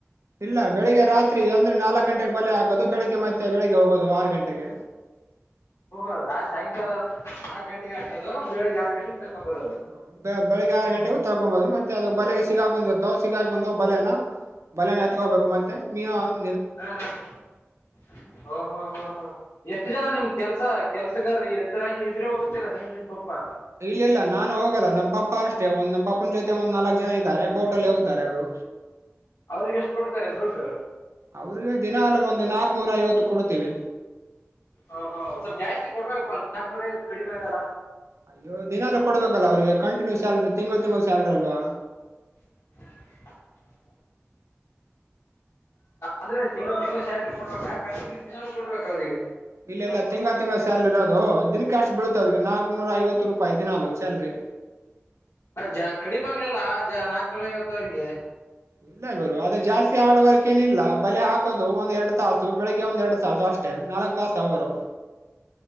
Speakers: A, on the right; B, on the left.
A: ಇಲ್ಲ ಬೆಳಿಗ್ಗೆ ರಾತ್ರಿ ಅಂದ್ರೆ ನಾಲ್ಕ ಗಂಟೆ ಬಲೆ ಆಗೋದು ಬೆಳಗ್ಗೆ ಮತ್ತೆ ಬೆಳಿಗ್ಗೆ ಹೋಗೋದು ಆರು ಗಂಟೆಗೆ
B: ಹ ಹೊ ರತ್ ಸಾಯಂಕಾಲ ನಾಲ್ಕು ಗಂಟೆಗೆ ಆಗ್ತದೆ ಆರ ಗಟ ತಕೊಂಬರ್
A: ಹ್ಮ ಬೆಳಗ್ ಆರು ಗಂಟೆಗೂ ತರ್ಕೊಬಹುದು ಮತ್ತೆ ಅದು ಬಲೆಗೆ ಸಿಗಾಕಂದಿರ್ತಾವ ಸಿಗಾಕಂದ ಬಲೆನ ಬಲೆನ್ ಎತ್ಕೋಗಬೇಕು ಮತ್ತೆ ಮ
B: ಹಾ ಹ್ಮ ಹ ಹಾ ಹ ಹಾ
A: ಹ್ಞೂ
B: ಎಷ್ಟು ಜನ ನಿಮ್ ಕೆಲ್ಸ ಕೆಲ್ಸ ಗ ಇದ್ದ್ರ ನೀ ಇದ್ರೆ ಹೋಗ್ತೀರಾ ನೀಮ್ ನಿಮ್ ಪಪ್ಪಾ
A: ಇಲ್ಲ ಇಲ್ಲ ನಾನು ಹೋಗದ ನಮ್ ಪಪ್ಪಾ ಅಷ್ಟೇ ಒಂದ್ ನಮ್ಮ ಪಾಪ್ಪನ ಜೊತೆ ಒಂದ್ ನಲ್ಕ್ ಜನ ಇದಾರೆ ಬೋಟ್ ಅಲ್ಲಿ ಹೋಗ್ತಾರೆ ಅವರು
B: ಅವ್ರಿಗೆ ಎಷ್ಟು ಕೊಡ್ತಾರೆ ದುಡ್ಡು
A: ಅವ್ರಿಗೆ ದಿನಾಲ ಒಂದು ನಾಕ್ನೂರ ಐವತ್ತು ಕೊಡ್ತೀವಿ
B: ಓ ಹೋ ಸ್ವಲ್ಪ ಜಾಸ್ತಿ ಕೊಡ್ಬೇಕಪ್ಪ ನಾ ಕಡಿಮೆ ಆಗಲ್ಲ
A: ಅಯ್ಯೋ ದಿನಾಲ ಕೊಡ್ಬೇಕಲ್ಲ ಅವ್ರಿಗೆ ಕಂಟಿನ್ಯೂ ಸ್ಯಾಲ್ರಿ ತಿಂಗಂಳ ತಿಂಳ ಸ್ಯಾಲ್ರಿ ಅಲ್ವಾ
B: <inaudible> ಅಂದ್ರೆ ತಿಂಗ್ಗಳು ತಿಂಗ್ಳ ಸ್ಯಾಲ್ರಿ ಕೊಡ್ಬೇಕಾ ಕಂಟಿನ್ಯೂ ದಿನಾನೂ ಕೊಡ್ಬೇಕ ಅವ್ರಿಗೆ
A: ಇಲ್ಲೆಲ್ಲ ತಿಂಗ ತಿಂಗ್ಳ ಸ್ಯಾಲರಿ ಇರೋದು ದಿನ ಕ್ಯಾಶ್ ಬೀಳುತ್ತ ಅವ್ರಿಗೆ ನಾಲ್ಕ್ ನೂರ ಐವತ್ತು ರೂಪಾಯಿ ದಿನಾಲು ಸಾಲರಿ
B: ಜ ಕಡಿಮೆ ಆಗ್ಲಿಲ್ಲ ನಾಕ್ನೂರ ಐವತ್ತವರಿಗೆ
A: ಇಲ್ಲ ಗುರು ಅದು ಜಾಸ್ತಿ ಆಡ್ವರ್ಕೇನಿಲ್ಲ ಬಲೆ ಹಾಕೋದು ಒಂದ್ ಎರಡ್ ತಾಸು ಬೆಳಿಗ್ ಒಂದೆರಡ್ ತಾಸು ಅಷ್ಟೆ ನಾಲ್ಕ್ ತಾಸ ಅವ ಅವರು